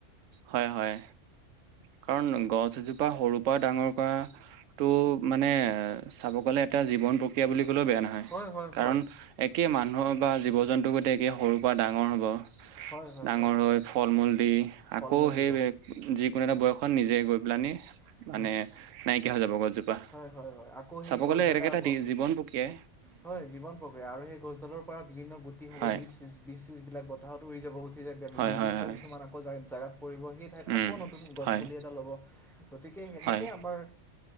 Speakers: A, on the right (about 90°); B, in the centre.
A: হয় হয় কাৰণ গছ এজোপা সৰুৰ পৰা ডাঙৰ কৰা টো মানে চাব গলে এটা জীৱন প্ৰক্ৰিয়া বুলি কলেও বেয়া নহয়
B: হয় হয়
A: কাৰণ
B: হয়
A: একে মানুহৰ বা জীৱ জন্তু গোটে একে সৰু পা ডাঙৰ হ'ব
B: হয় হয়
A: ডাঙৰ
B: হয়
A: হৈ ফল মূল দি
B: ফল
A: আকৌ
B: মূল
A: সেই
B: দিব
A: যিকোনো এটা বয়সত নিজে গৈ পেলানি
B: হয়
A: মানে নাইকিয়া হৈ যাব গছজোপা
B: হয় হয় হয় আকৌ
A: চাব
B: সেই গছডালে
A: গ'লে এনেকে এটা
B: আকৌ
A: জীৱন পক্ৰিয়াই
B: হয় জীৱন প্ৰক্ৰিয়া আৰু সেই গছডালৰ পৰা বিভিন্ন গুটি হ'ব
A: হয়
B: বিজ চীজবিলাক বতাহত উৰি যাব উঠি যায়
A: হয়
B: নিৰ্দিষ্ট
A: হয় হয়
B: কিছুমান আকৌ জেগা জেগাত পৰিব সেই ঠাইত
A: উম
B: আকৌ নতুন গছ
A: হয়
B: পুলি এটা ল'ব গতিকে সেনেকে
A: হয়
B: আমাৰ